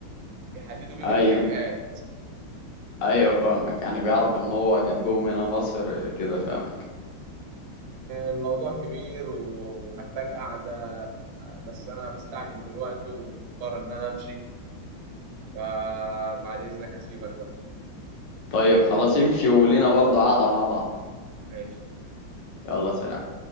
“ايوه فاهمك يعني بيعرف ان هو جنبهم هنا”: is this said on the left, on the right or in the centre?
Left